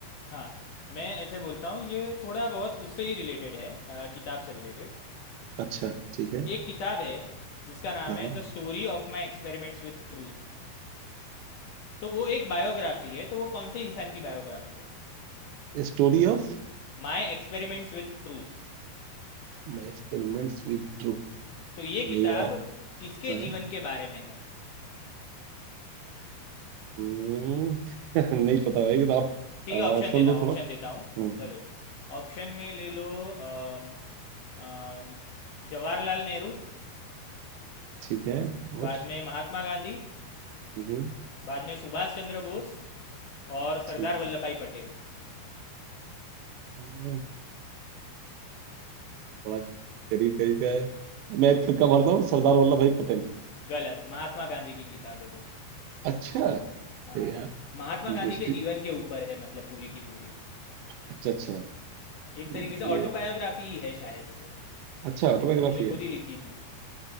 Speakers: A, on the left; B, on the right.
A: हाँ मैं ऐसे बोलता हूँ ये थोड़ा बहुत उससे ही रिलेटेड है अ, किताब से रिलेटेड
B: अच्छा ठीक है
A: एक किताब है जिसका नाम
B: हाँ
A: है
B: हाँ
A: the story of my experiments with truth तो वो एक बायोग्राफी है तो वो कौन से इंसान की बायोग्राफी है
B: Story of
A: My experiments with truth
B: my experiments with truth
A: तो ये किताब
B: नहीं यार
A: किसके
B: हाँ
A: जीवन के बारे में है
B: हम्म, <laughs> नहीं पता भाई किताब
A: ठीक है
B: ऑप्शन
A: ऑप्शन देता
B: दो
A: हूँ ऑप्शन
B: थोड़ा
A: देता हूँ
B: हम्म,
A: चलो ऑप्शन में ले लो अम, अ, जवाहरलाल नेहरू
B: ठीक है
A: बाद
B: और
A: में महात्मा गांधी
B: हम्म,
A: बाद में सुभाष चंद्र बोस और
B: ठीक
A: सरदार वल्लभ भाई पटेल
B: हाँ, बड़ा करीब करीब का है मैं तुक्का मारता हूँ सरदार वल्लभ भाई पटेल
A: गलत महात्मा गांधी की किताब है वो
B: अच्छा
A: हाँ
B: ये यार
A: महात्मा
B: इंटरेस्टिंग
A: गांधी के जीवन के ऊपर है मतलब पूरी की पूरी
B: अच्छा अच्छा हम्म,
A: एक तरीके से ऑटोबायोग्राफी
B: ये
A: ही है शायद से
B: अच्छा ऑटोबायोग्राफी
A: उन्होंने
B: है
A: खुद ही लिखी थी